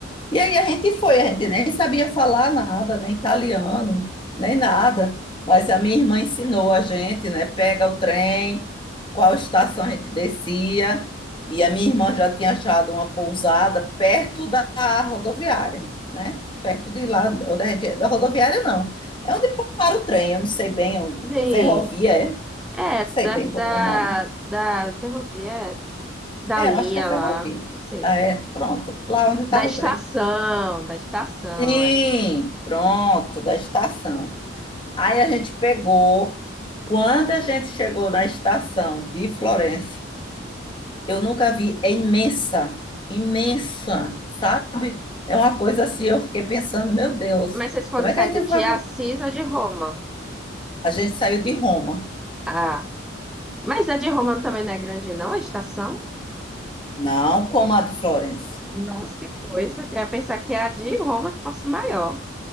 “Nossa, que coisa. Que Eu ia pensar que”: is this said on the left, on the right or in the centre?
Centre